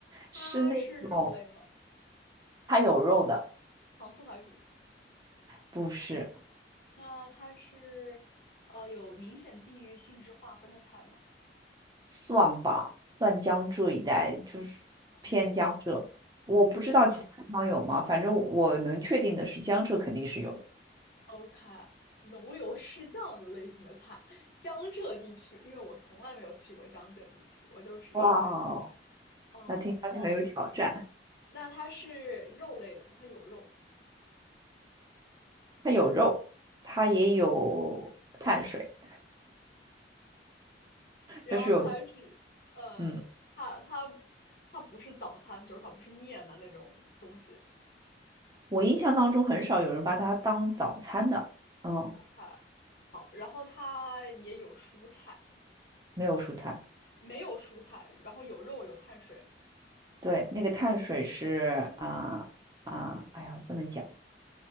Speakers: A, on the right; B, on the left.
A: 是那种
B: 它是肉类吗？
A: 它有肉的，
B: 糖醋排骨。
A: 不是，
B: 那它是呃有明显地域性质划分的菜吗？
A: 算吧，算江浙一带，就是偏江浙，
B: 这一类 OK。
A: 我不知道其他地方有吗，
B: 哦、
A: 反正我能确定的是江浙肯定是有的。
B: OK，浓油赤酱的类型的菜，江浙地区，因为我从来没有去过江浙地区，我就只是几
A: 哇哦，
B: 哦哦，
A: 那听上去很有挑战。
B: 那它是肉类的吗？它有肉，
A: 它有肉，它也有碳水，
B: 然后它是，
A: 就是有的。
B: 呃，
A: 嗯，
B: 它它它不是早餐，就是它不是面的那种东西。
A: 我印象当中很少有人把它当早餐的。嗯，
B: OK，好，然后它也有蔬菜，
A: 没有蔬菜。
B: 没有蔬菜，然后有肉有碳水，
A: 对，那个碳水是啊啊，哎呀，不能讲。